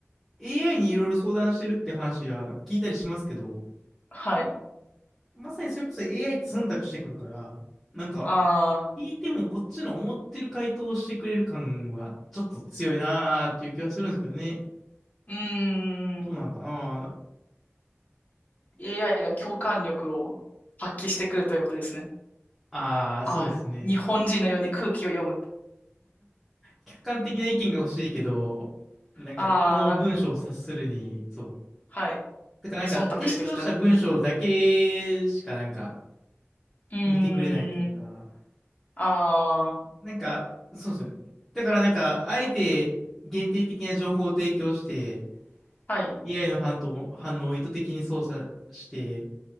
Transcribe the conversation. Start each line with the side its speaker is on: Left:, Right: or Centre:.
Centre: AI にいろいろ相談してるって話は聞いたりしますけど、
Left: はい。
Centre: まさにそれこそ AI って忖度してくるから、なんか
Left: ああ、
Centre: 聞いてもこっちの思ってる回答をしてくれる感はちょっと強いなーっていう気はするんですけどね。
Left: うーん。
Centre: どうなんかな
Left: AI が共感力を発揮してくるということですね。
Centre: ああー、
Left: あ日本人のように空気を読む。
Centre: そうですね。客観的な意見が欲しいけど、なんかこの文章を察するに、
Left: ああ、
Centre: そう。
Left: はい。
Centre: だからなんか提供した文章だけしかなんか
Left: 忖度してきた。<laughs> うーん。
Centre: 見てくれないというか、
Left: あ
Centre: なんか、そうですね。だからなんか、あえて限定的な情報を提供して、
Left: あ、はい。
Centre: AI の反応、反応を意図的に操作して、